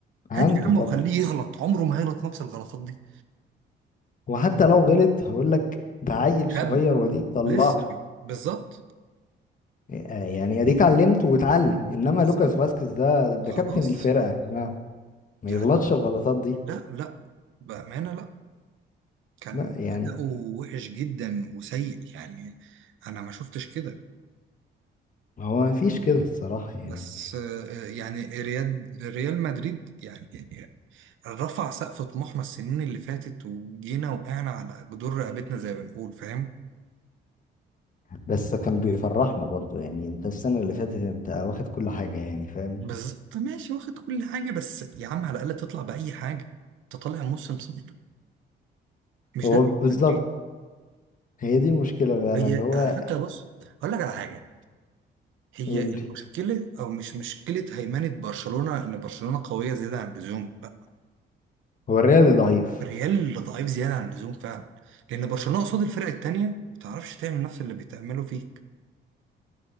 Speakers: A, on the left; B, on the right.
A: عنده
B: هات يا عم
A: طبعا
B: وخليه يغلط عمره ما هيغلط نفس الغلطات دي
A: وحتى لو غلط هقول لك ده عيل
B: شاب
A: صغير واديك طلعته
B: لسه بي. بالظبط
A: آه، يعني اديك علمته واتعلم انما
B: بالظبط
A: لوكاس فاسكيز ده ده
B: خلاص
A: كابتن الفرقة
B: خلاص
A: يا جماعة ما
B: يعني
A: يغلطش الغلطات دي
B: لا لا بأمانة لا كان
A: لا يعني
B: أداؤه وحش جدا وسيء يعني أنا ما شفتش كده
A: هو مفيش كده الصراحة يعني
B: بس آه، يعني ريال ريال مدريد يعني يعني رفع سقف طموحنا السنين اللي فاتت وجينا وقعنا على جدور رقبتنا زي ما بنقول فاهم
A: بس كان بيفرحنا برضو يعني انت السنة اللي فاتت انت واخد كل حاجة يعني فاهم
B: بالظبط ماشي واخد كل حاجة بس يا عم على الأقل تطلع بأي حاجة انت طالع موسم صفر مش
A: هو
B: ده فكرة
A: بالظبط
B: مدريد
A: هي دي المشكلة فعلا
B: هي
A: اللي هو
B: على فكره بص اقول لك على حاجه هي
A: يقول لي
B: مشكله او مش مشكله هيمنه برشلونه ان برشلونه قويه زياده عن اللزوم لا
A: هو الريال ضعيف
B: الريال اللي ضعيف زياده عن اللزوم فعلا لان برشلونه قصاد الفرق التانيه ما بتعرفش تعمل نفس اللي بتعمله فيك